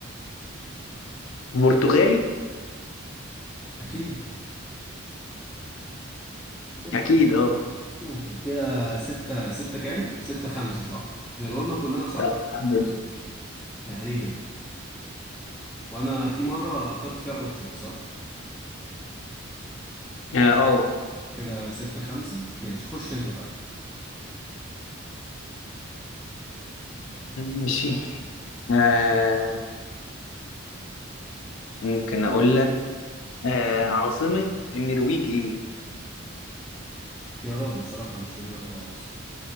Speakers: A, on the left (about 70°); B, in the centre.
A: برتغالي
B: اكيد ماشي،
A: اكيد اه
B: ماشي كده ستة ستة كام؟ ستة خمسة صح؟ احنا جاوبنا كلنا صح
A: طب الحمد لله
B: تقريبا وأنا في مرة اخترت فيها أوبشن صح؟
A: اه آه.
B: كده ستة خمسة ماشي خش أنت طيب
A: ماشي آه، ممكن اقول لك آه، عاصمة النرويج ايه
B: اختيارات بصراحة مش في دماغي خالص